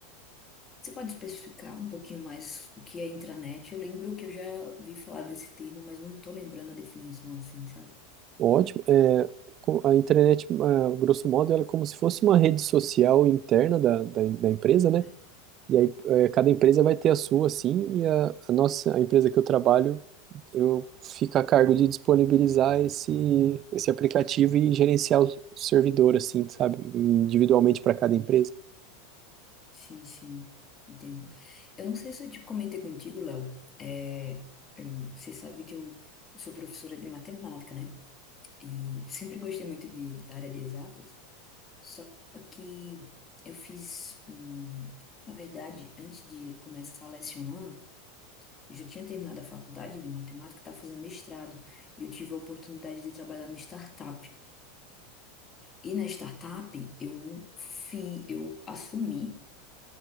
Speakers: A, on the left; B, on the right.
A: Você pode especificar um pouquinho mais o que é intranet? Eu lembro que eu já vi falar desse termo, mas não estou lembrando a definição assim, sabe?
B: Ótimo. é co- a intranet, a grosso modo, ela é como se fosse uma rede social interna da, da, da empresa,
A: Uhum.
B: né? E aí, eh, cada empresa vai ter a sua, assim, e a, a nossa, a empresa que eu trabalho eu fico a cargo de disponibilizar esse, esse aplicativo e gerenciar o servidor, assim, sabe? Individualmente para cada empresa.
A: Sim, sim, entendo. Eu não sei se eu te comentei contigo, Léo. É, em- você sabe que eu sou professora de matemática, né? E sempre gostei muito de, da área de exatas. Só que eu fiz, hum, na verdade, antes de começar a lecionar, eu já tinha terminado a faculdade de matemática, estava fazendo mestrado, e eu tive a oportunidade de trabalhar numa startup. E na startup, eu fi, eu assumi